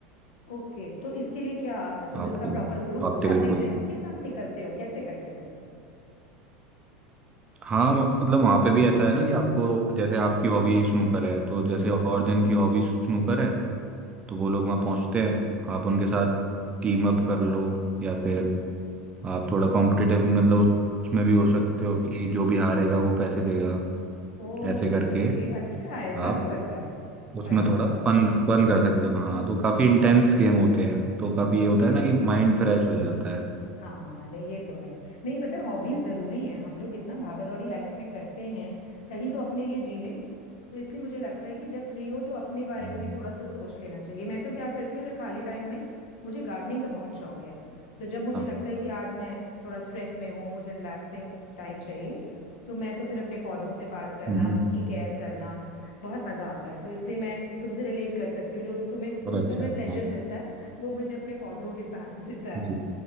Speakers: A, on the left; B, on the right.
A: ओके तो इसके लिए क्या तुम लोग
B: आपको
A: का प्रॉपर ग्रुप
B: आप
A: होता
B: टेबल
A: है अपने
B: को
A: फ्रेंड्स
B: ही
A: के साथ निकलते हो कैसे करते हो
B: हाँ मतलब वहाँ पे भी ऐसा है ना कि आपको जैसे आपकी हॉबी स्नूकर है तो जैसे
A: हम्म
B: और जन की हॉबी स्नूकर है तो वो लोग वहाँ पहुँचते हैं आप उनके साथ टीम अप कर लो या फिर आप थोड़ा कॉम्पिटिटिव मतलब उस- उसमें भी हो सकते हो कि जो भी हारेगा वो पैसे देगा
A: ओ
B: ऐसे करके
A: ओके अच्छा ऐसा
B: आप
A: भी होता है
B: उसमें
A: अरे
B: थोड़ा
A: वाह
B: फन फन कर सकते हो हाँ तो काफी इंटेंस गेम होते हैं तो काफी ये
A: ओके
B: होता है ना कि माइंड फ्रेश हो जाता है
A: हाँ नहीं ये तो है नहीं पता है हॉबीज जरूरी हैं हम लोग इतना भागा दौड़ी लाइफ में करते हैं कहीं तो अपने लिए जी लें तो इसलिए मुझे लगता है कि जब फ्री हो तो अपने बारे
B: हम्म
A: में भी थोड़ा सा सोच लेना चाहिए मैं तो क्या करती हूँ जो खाली टाइम में मुझे गार्डनिंग का बहुत शौक है तो जब मुझे
B: हाँ,
A: लगता है कि आज मैं थोड़ा स्ट्रेस में हूँ मुझे रिलैक्सिंग टाइम चाहिए तो मैं तो फिर अपने पौधों से बात करना
B: हम्म,
A: उनकी केयर करना बहुत मजा आता है तो इसलिए मैं तुमसे रिलेट कर सकती हूँ जो तुम्हें स्नूकर
B: बहुत अच्छा
A: में
B: है
A: प्लेजर
B: हाँ,
A: मिलता है वो मुझे अपने पौधों के साथ मिलता है
B: जी